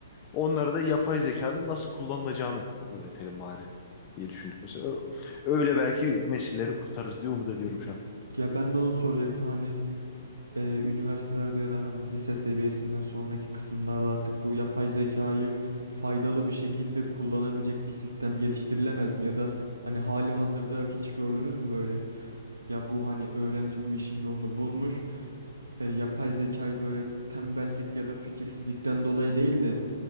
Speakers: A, on the left; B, on the right.
A: Onlara da yapay zekanın nasıl kullanılacağını öğretelim bari diye düşündük. Mesela Ö- öyle belki nesilleri kurtarırız diye umut ediyorum şu anda.
B: ya ben de onu soracaktım. Hani e, üniversitelerde ya da hani lise seviyesinden sonraki kısımlarda artık bu yapay zekayı faydalı bir şekilde kullanabilecek bir sistem geliştirilemez mi? Ya da hani hali hazırda hiç gördünüz mü böyle? Ya bu hani öğrenci bu işin yolunu bulmuş. e, yapay zekayı böyle tembellik ya da fikirsizlikten dolayı değil de